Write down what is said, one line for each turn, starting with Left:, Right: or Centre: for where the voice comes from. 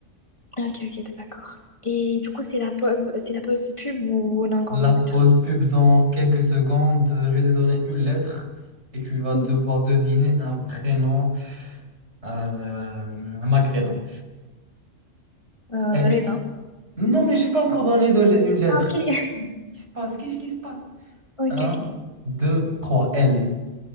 Left: Ok, ok, d'accord. Et du coup, c'est la, po- c'est la pause pub ou on a encore
Right: La
Left: une
Right: pause
Left: autre?
Right: pub dans quelques secondes. Je vais te donner une lettre et tu vas
Left: Mm.
Right: devoir deviner un prénom euh, maghrébin.
Left: Euh,
Right: Et...
Left: Reda.
Right: Non, mais j'ai pas encore donné de le- une lettre.
Left: Ah, Ok, <laughs>
Right: Qu'est-ce qui se passe? Qu'est-ce qui se passe?
Left: ok,
Right: Un,
Left: ok.
Right: deux, trois. L.